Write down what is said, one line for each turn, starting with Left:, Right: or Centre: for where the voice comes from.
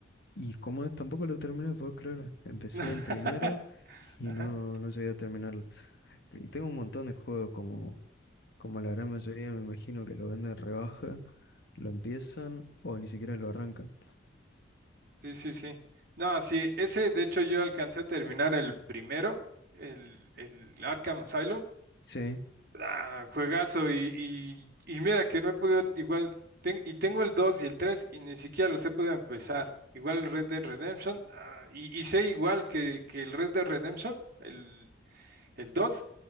Left: y como es, tampoco lo terminé, puedes creer. Empecé
Right: <laughs>
Left: el primero y
Right: Ajá.
Left: no, no llegué a terminarlo. Y Tengo un montón de juegos, como, como la gran mayoría me imagino que lo venden rebaja, lo empiezan o ni siquiera lo arrancan.
Right: Sí, sí, sí. No, sí, ese de hecho yo alcancé a terminar el primero, el, el Arkham Asylum.
Left: Sí.
Right: Ah, juegazo y, y, y mira que no he podido igual, ten- y tengo el 2 y el 3 y ni siquiera los he podido empezar. Igual el Red Dead Redemption, ah, y, y sé igual que, que el Red Dead Redemption, el, el 2